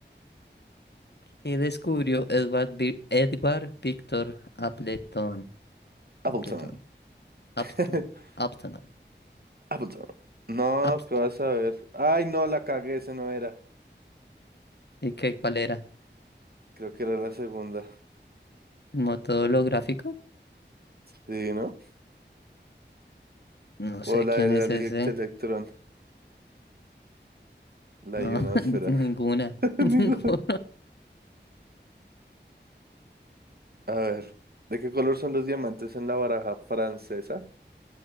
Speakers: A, on the left; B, on the right.
A: ¿Qué descubrió Edward, Vi- Edward Victor Appleton? Appleton,
B: Appleton.
A: Appleton,
B: <laughs>
A: Appleton,
B: Appleton. No,
A: Appleton.
B: ¿qué vas a ver? Ay, no, la cagué, ese no era.
A: ¿Y qué, cuál era?
B: Creo que era la segunda.
A: ¿El método holográfico?
B: Sí, ¿no?
A: No
B: O
A: sé
B: la
A: quién
B: de la
A: es
B: directa
A: ese.
B: electrón, la
A: No,
B: ionosfera.
A: <laughs> ninguna,
B: <laughs> Digo,
A: <laughs> ninguno.
B: A ver, ¿de qué color son los diamantes en la baraja francesa?